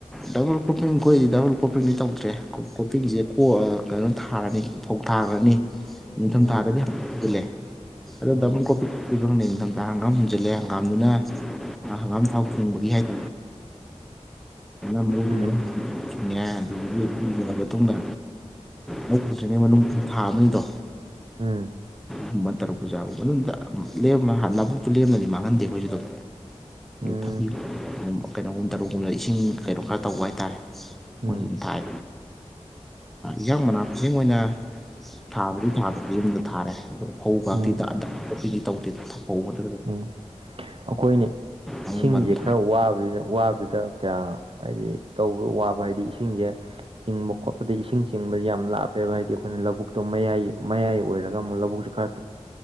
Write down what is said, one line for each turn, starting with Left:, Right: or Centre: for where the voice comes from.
Centre: ꯗꯕꯜ ꯀ꯭ꯔꯣꯄꯤꯡ ꯑꯩꯈꯣꯏꯗꯤ ꯗꯕꯜ ꯀꯣꯄꯤꯡꯗꯤ ꯇꯧꯗ꯭ꯔꯦ ꯀꯣꯄꯤꯡꯁꯦ ꯀ ꯀꯩꯅꯣ ꯊꯥꯔꯅꯤ ꯐꯧ ꯊꯥꯈ꯭ꯔꯅꯤ ꯅꯤꯡꯊꯝ
Right: ꯎꯝ
Centre: ꯊꯥꯔꯒꯗꯤ ꯑꯗꯨꯜꯂ ꯑꯗꯣ
Right: ꯎꯝ
Centre: ꯗꯕꯜ ꯀꯣꯐꯤ ꯄꯤꯕꯪꯅ ꯃꯇꯝꯗ ꯍꯪꯒꯥꯝ ꯍꯨꯟꯖꯤꯜꯂꯦ ꯍꯪꯒꯥꯝꯅ ꯍꯪꯒꯥꯝ ꯊꯥꯎ ꯑ
Right: ꯑ
Centre: ꯃꯔꯤꯗꯤ
Right: ꯎꯝ
Centre: ꯉꯦ ꯑꯗꯨ ꯎꯠꯂꯔꯕ ꯃꯇꯨꯡꯗ ꯃꯨꯛ ꯎꯗ꯭ꯔꯤꯉꯩ ꯃꯅꯨꯡ ꯊꯥ ꯑꯃꯅꯤꯗꯣ
Right: ꯎꯝ
Centre: ꯒꯨꯝꯕ ꯇꯔꯨꯛꯄꯨ ꯆꯥꯒꯨꯝꯕ ꯃꯅꯨꯡꯗ ꯅꯕꯨꯛꯇꯨ ꯂꯦꯝꯅꯗꯤ ꯃꯥꯡꯍꯟꯗꯦ ꯑꯩꯈꯣꯏꯁꯨ ꯑꯗꯨꯝ
Right: ꯎꯝ
Centre: ꯊꯕꯤꯒ ꯀꯩꯅꯣꯒꯨꯝꯕ ꯇꯔꯨꯛꯒꯨꯝꯕꯗ ꯏꯁꯤꯡ ꯀꯩꯅꯣ ꯈꯔ ꯇꯧꯕ ꯍꯥꯏꯇꯥꯔꯦ
Right: ꯎꯝ
Centre: ꯃꯣꯏꯗꯨ ꯊꯥꯏ ꯏꯍꯡ ꯃꯅꯥ ꯍꯤꯡ ꯑꯣꯏꯅ ꯊꯥꯕꯗꯤ ꯊꯥꯗ ꯌꯨꯝꯗ ꯊꯥꯔꯦ ꯑ ꯐꯧ ꯉꯥꯛꯇꯤꯗ
Right: ꯎꯝ
Centre: ꯑ ꯑꯩꯈꯣꯏꯗꯤ ꯇꯧꯗꯦꯗ ꯐꯧꯗ
Right: ꯎꯝ ꯑꯩꯈꯣꯏꯅ
Centre: ꯑꯃꯒꯨꯝꯕ
Right: ꯏꯁꯤꯡꯁꯦ
Centre: ꯑꯗꯨꯝ
Right: ꯈꯔ ꯋꯥꯕꯁꯤꯅ ꯋꯥꯕꯁꯤꯗ ꯀꯌꯥ ꯍꯥꯏꯗꯤ ꯇꯧꯕ ꯋꯥꯕ ꯍꯥꯏꯗꯤ ꯏꯁꯤꯡꯁꯦ ꯆꯤꯡꯕ ꯈꯣꯠꯄꯗ ꯏꯁꯤꯡ ꯆꯤꯡꯕꯁ ꯌꯥꯝꯅ ꯂꯥꯞꯄꯦꯕ ꯍꯥꯏꯗꯤ ꯑꯩꯈꯣꯏꯅ ꯂꯧꯕꯨꯛꯇꯣ ꯃꯌꯥꯏ ꯃꯌꯥꯏ ꯑꯣꯏꯔꯒ ꯑꯃꯨꯛ ꯂꯧꯕꯨꯛꯁꯨ ꯈꯔ